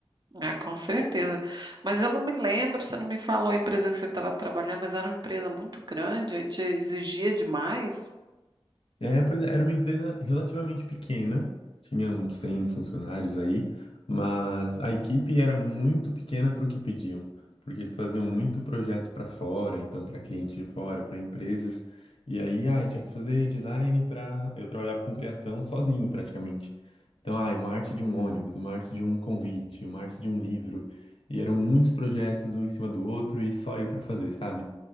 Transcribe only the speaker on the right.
ah, com certeza. Mas eu não me lembro, você não me falou a empresa que você estava trabalhando, mas era uma empresa muito grande, aí te exigia demais.